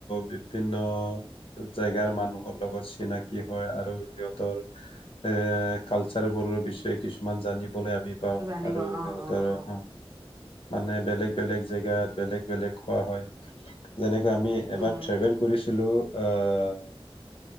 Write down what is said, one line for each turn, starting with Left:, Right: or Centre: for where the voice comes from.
Left: বিভিন্ন জেগাৰ মানুহৰ লগত চিনাকি হয় আৰু সিহঁতৰ এ, কালচাৰবোৰৰ বিষয়ে কিছুমান জানিব বলে আমি পাওঁ
Right: জানিব
Left: আৰু
Right: অ',
Left: সিহঁতৰ
Right: অ', অ',
Left: <unintelligible> মানে বেলেগ বেলেগ জেগাত, বেলেগ বেলেগ খোৱা হয়। যেনে যে আমি এবাৰ
Right: উম,
Left: ট্ৰেভেল কৰিছিলো আহ,